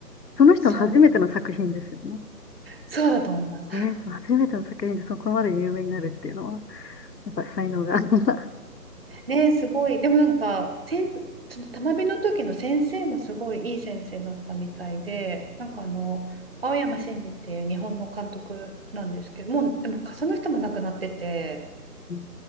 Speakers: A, on the left; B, on the right.
A: その人の初めての作品ですよね。
B: そうなんだ。そうだと思います。
A: えー、その初めての作品でそこまで有名になるっていうのは、やっぱり才能が。<laughs>
B: ね、すごい。でもなんか、先そのたまびの時の先生もすごいいい先生だったみたいで、なんかあの、青山真司っていう日本の監督なんですけど、もう、でもその人も亡くなってて、
A: うん